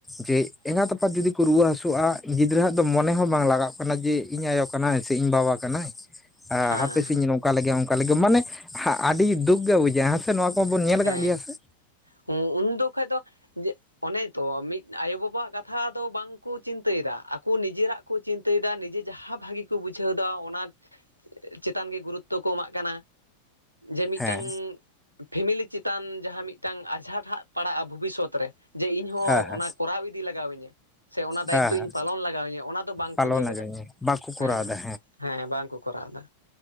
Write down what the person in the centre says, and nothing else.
ᱡᱮ ᱮᱸᱜᱟᱛ ᱟᱯᱟᱛ ᱡᱩᱫᱤ ᱠᱚ ᱨᱩᱣᱟᱹ ᱦᱟᱹᱥᱩᱜᱼᱟ ᱜᱤᱫᱽᱨᱟᱹ ᱦᱟᱜ ᱫᱚ ᱢᱚᱱᱮ ᱦᱚᱸ ᱵᱟᱝ ᱞᱟᱜᱟᱜ ᱠᱟᱱᱟ ᱡᱮ ᱤᱧ ᱟᱭᱳ ᱠᱟᱱᱟᱭ ᱥᱮ ᱤᱧ ᱵᱟᱵᱟ <unintelligible> ᱟ
ᱦᱟᱯᱮᱥᱤᱧ ᱱᱚᱝᱠᱟ ᱞᱮᱜᱮ ᱚᱝᱠᱟ ᱞᱮᱜᱮ ᱢᱟᱱᱮ ᱟᱹᱰᱤ ᱫᱩᱠ ᱜᱮ ᱵᱩᱡᱷᱟᱹᱜᱼᱟ ᱦᱮᱸᱥᱮ ᱱᱚᱣᱟ ᱠᱚᱵᱚᱱ ᱧᱮᱞ ᱟᱠᱟᱫ
ᱜᱮᱭᱟ ᱥᱮ
ᱦᱮᱸ
ᱦᱮᱸ ᱦᱮᱸ
ᱦᱮᱸ
ᱦᱮᱸ
ᱯᱟᱞᱚᱱ
ᱟᱠᱟᱫ
ᱜᱮᱭᱟ ᱵᱟᱠᱚ ᱠᱚᱨᱟᱣ
ᱮᱫᱟ